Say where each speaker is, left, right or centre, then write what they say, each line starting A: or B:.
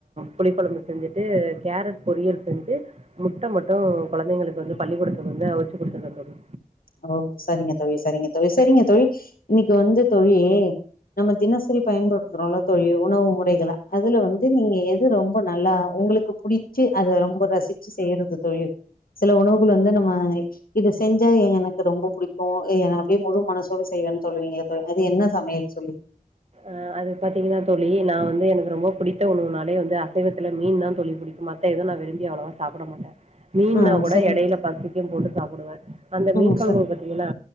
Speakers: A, on the right; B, on the left.
A: புளிக்கொழம்பு செஞ்சிட்டு கேரட் பொரியல் செஞ்சு முட்ட மட்டு கொழந்தைங்களுக்கு வந்துப் பள்ளிகூடத்து வந்து அவுச்சு குடுத்துட்டந் தோழி
B: ஓ சரிங்க தோழி சரிங்க தோழி சரிங்க தோழி இன்னைக்கு வந்து தோழி நம்ம தினசரிப் பயன்படுத்துறோல்லத் தோழி உணவு முறைகள அதுல வந்து நீங்க எது ரொம்ப நல்லா உங்களுக்குப் புடிச்சி அத ரொம்ப ரசிச்சு செய்யறது தோழி சில உணவுகள் வந்து நம்ம இது செஞ்சா எ எனக் க்கு ரொம்ப புடிக்கு எ என அப்டியே முழு மனசோடு செய்வேன் சொல்லுவீங்கல தோழி அது என்ன சமையல் சொல்லி
A: ஆ அது பாத்தீங்கனா தோழி நா வந்து எனகு ரொம்பப் புடித்த உணவுனாலே வந்து அசைவத்துல மீன்தாந் தோழி புடிக்கும் மா த்த எது நா விரும்பி அவ்ளவா சாப்பட மாட்டே மீன்னாக்
B: ஆ
A: கூட
B: சரிங்க
A: எடையலப்
B: தோழி
A: பசிக்கும் போட்டு சாப்புடுவே அந்த மீன்
B: ம்
A: கொழம்பு
B: சரி
A: பத் திங்கனா